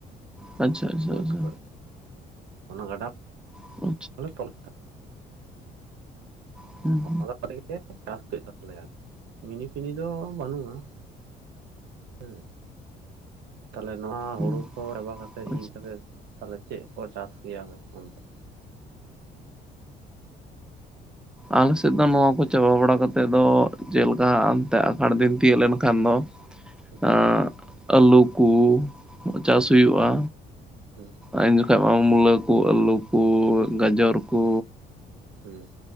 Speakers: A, in the centre; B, on the right.
A: ᱟᱪᱪᱷᱟ ᱟᱪᱪᱷᱟ
B: ᱵᱟᱹᱫᱽ
A: ᱟᱪᱪᱷᱟ
B: ᱠᱚᱨᱮ ᱚᱱᱟ ᱜᱟᱰᱟ
A: <inaudible>
B: <inaudible>
A: <inaudible>
B: <unintelligible> ᱢᱤᱱᱤ ᱯᱷᱤᱱᱤ ᱫᱚ ᱵᱟᱹᱱᱩᱜ-ᱟ᱾ ᱦᱮᱸ ᱛᱟᱦᱞᱮ ᱱᱚᱣᱟ
A: ᱦᱩᱸ
B: ᱦᱩᱲᱩ ᱠᱚ ᱪᱟᱵᱟ ᱠᱟᱛᱮᱫ
A: ᱟᱪᱪᱷᱟ
B: ᱤᱨ ᱠᱟᱛᱮᱫ ᱛᱟᱞᱦᱮ ᱪᱮᱫ ᱠᱚ ᱪᱟᱥ ᱜᱮᱭᱟ ᱚᱱᱛᱮ
A: ᱟᱞᱮ ᱥᱮᱫ ᱫᱚ ᱱᱚᱣᱟ ᱠᱚ ᱪᱟᱵᱟ ᱵᱟᱲᱟ ᱠᱟᱛᱮᱫ ᱫᱚ ᱪᱮᱫ ᱞᱮᱠᱟ ᱦᱟᱱᱛᱮ ᱟᱥᱟᱲ ᱫᱤᱱ ᱛᱤᱭᱳᱜ ᱞᱮᱱᱠᱷᱟᱱ ᱫᱚ
B: <unintelligible>
A: ᱮᱜ ᱟᱹᱞᱩ ᱠᱩ ᱪᱟᱥ
B: ᱦᱩᱸ
A: ᱦᱩᱭᱩᱜ-ᱟ᱾
B: ᱦᱩᱸ
A: ᱩᱱ ᱡᱚᱠᱷᱟ ᱢᱟ ᱢᱩᱞᱟᱹ ᱠᱩ ᱟᱹᱞᱩ ᱠᱩ ᱜᱟᱡᱚᱨ ᱠᱩ
B: ᱦᱩ